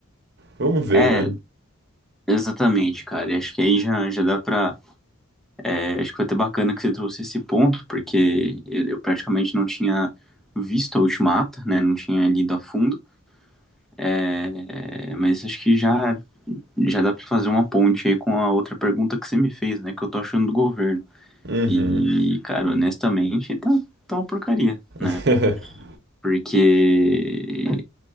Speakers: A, on the right; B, in the centre.
A: vamos ver,
B: é,
A: né?
B: exatamente, cara. E acho que aí já, já dá pra. é, acho que foi até bacana que você trouxe esse ponto, porque eu eu praticamente não tinha visto a Ultimata, né? Não tinha lido a fundo. É, mas acho que já, já dá pra fazer uma ponte aí com a outra pergunta que você me fez, né? Que eu tô achando do governo.
A: Uhum.
B: E, cara, honestamente, tá, tá uma porcaria, né?
A: <laughs>
B: Porque